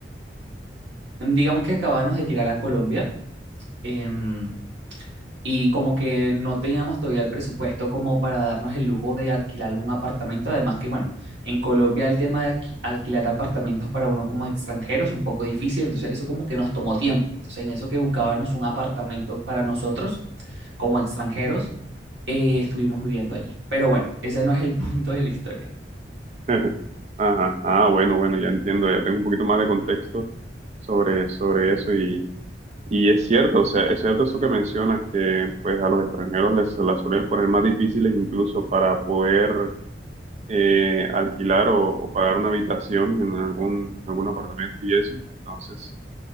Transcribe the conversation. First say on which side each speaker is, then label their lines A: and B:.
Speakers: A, on the right; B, on the right.
A: Digamos que acabábamos de llegar a Colombia. em, Y como que no teníamos todavía el presupuesto como para darnos el lujo de alquilar un apartamento. Además que, bueno, en Colombia el tema de aquí- alquilar apartamentos para uno como extranjero es un poco difícil. Entonces eso como que nos tomó tiempo. Entonces en eso que buscábamos un apartamento para nosotros como extranjeros, eh, estuvimos viviendo allí. Pero bueno, ese no es el <laughs> punto de la historia.
B: <laughs> Ajá, ah, bueno, bueno, ya entiendo, ya tengo un poquito más de contexto sobre, sobre eso y, y es cierto, o sea, es cierto eso que mencionas, que pues a los extranjeros les se las suelen poner más difíciles incluso para poder eh, alquilar o, o pagar una habitación en algún, algún apartamento y eso. Entonces,